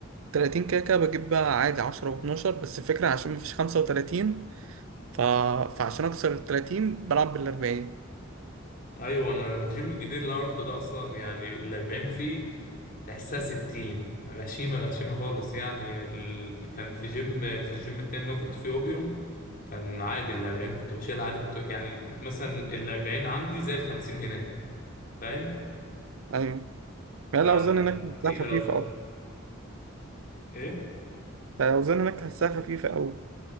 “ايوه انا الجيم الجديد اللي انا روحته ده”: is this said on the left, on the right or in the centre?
Left